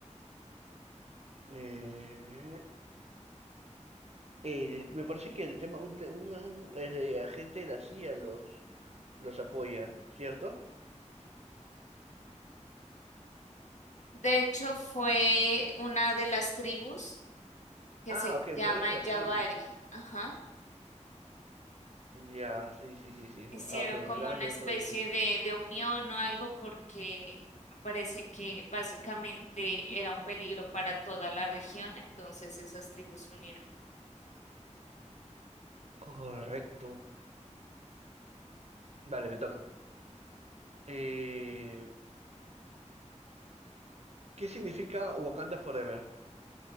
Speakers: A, on the right; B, on the left.
A: Eh, el- me parece que el tema, un, te- un, eh, agente de la CIA los, los apoya, ¿cierto?
B: De hecho, fue una de las tribus que
A: Ah,
B: se
A: ok,
B: llama
A: me hablas de
B: Yavari.
A: las tribus.
B: Ajá.
A: Ya, sí, sí, sí, sí.
B: Hicieron
A: Ah, ok, me
B: como
A: hablabas
B: una
A: dentro
B: especie
A: de ellos.
B: de, de unión o algo porque me parece que básicamente era un peligro para toda la región, entonces esas tribus se unieron.
A: Correcto. Vale, me toca. Eh, ¿qué significa Wakanda Forever?